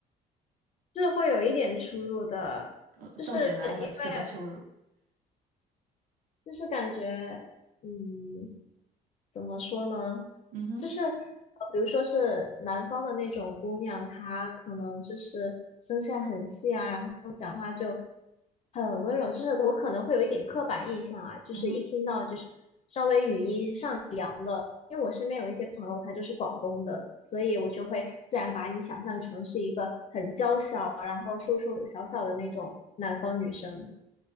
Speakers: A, on the left; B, on the right.
A: 是会有一点出入的，
B: 呃重点来了，
A: 就是因为
B: 什么出入？
A: 就是感觉，嗯，怎么说呢？
B: 嗯哼，
A: 就是呃比如说是南方的那种姑娘，她可能就是声线很细啊，然后讲话就很温柔，就是我可能会有一点刻板印象啊，就是一听到就是稍微语音上扬了，
B: 嗯哼，
A: 因为我身边有一些朋友她就是广东的，所以我就会自然把你想象成是一个很娇小，然后瘦瘦小小的那种南方女生，